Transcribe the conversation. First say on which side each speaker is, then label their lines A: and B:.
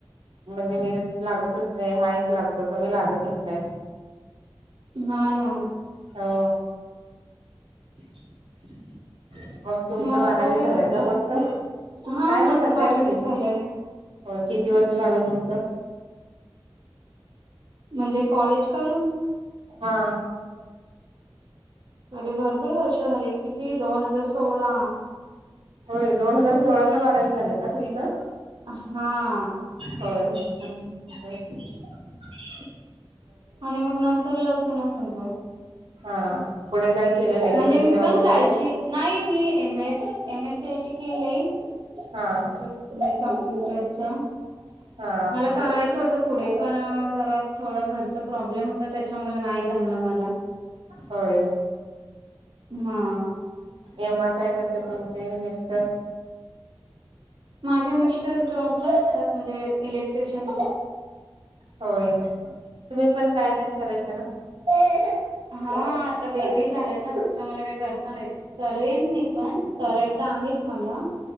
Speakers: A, on the right; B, on the right.
A: म्हणजे मिरीट लागतच नाय हायच लागतो कमी लागतच नाय.
B: नाय ना
A: हो. <unintelligible> तुमचं
B: मग
A: बारावी
B: आता काय
A: झालं
B: करता?
A: का फक्त?
B: हा
A: काय
B: माझं
A: नाही सध्या
B: बारावीच
A: घरीच.
B: झालंय
A: हो, किती
B: अच्छा
A: वर्ष झालं तुमचं?
B: म्हणजे कॉलेज करून
A: हा
B: अरे भरपूर वर्ष झाली, किती दोन हजार सोला?
A: होय दोन हजार सोळा ला बारावी झालं का तुमचं?
B: हां.
A: होय होय की
B: आणि मग नंतर लग्न झालं.
A: हा. पुढे काही केलं नाही का
B: म्हणजे
A: तुम्ही
B: मी
A: जॉब
B: पण
A: वगैरे?
B: जायची नाही, मी M S M S C I T केले
A: हा
B: असं. कम्प्युटरचा,
A: हा
B: मला करायचं होतं पुढे पण जरा थोडा घरच प्रॉब्लेम होता, त्याच्यामुळे नाही जमलं मला.
A: होय.
B: हां.
A: एम आर काय करते तुमचे मिस्टर?
B: माझे मिस्टर जॉबला असतात म्हणजे इलेक्ट्रिशियन.
A: होय, तुम्ही पण कायतरी करायचं ना?
B: हा, आता बेबी झालाय ना, त्याच्यामुले काय करता नाही येत. करेन मी पण, करायचं आहेच मला